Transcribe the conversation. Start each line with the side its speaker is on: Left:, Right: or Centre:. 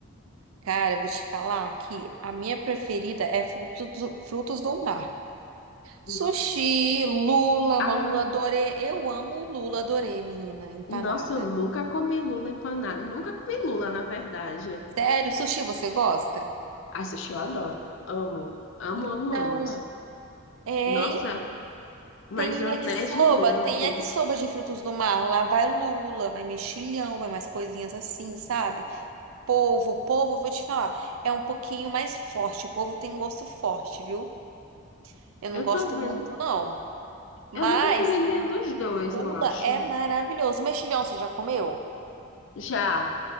Right: Cara, eu vou te falar que a minha preferida é frutos do, frutos do mar. Sushi,
Left: Hum.
Right: lula,
Left: Ai,
Right: uma lula dorê. Eu amo lula dorê, menina, empanada.
Left: nossa, eu nunca comi lula empanada. Nunca comi lula, na verdade.
Right: Sério, sushi você gosta?
Left: Ai, sushi eu adoro. Amo. Amo,
Right: Então,
Left: amo, amo.
Right: é,
Left: Nossa,
Right: e
Left: mas
Right: tem
Left: anéis
Right: yakisoba,
Left: de lula
Right: tem
Left: aqui.
Right: yakisoba de frutos do mar. Lá vai lula, vai mexilhão, vai mais coisinhas assim, sabe? Polvo, polvo, eu vou te falar, é um pouquinho mais forte. O polvo tem um gosto forte, viu? Eu não
Left: Eu
Right: gosto
Left: tô vendo.
Right: muito, não. Mas
Left: Eu nunca comi nenhum
Right: hum,
Left: dos dois,
Right: lula
Left: eu acho.
Right: é maravilhoso. Mexilhão, você já comeu?
Left: Já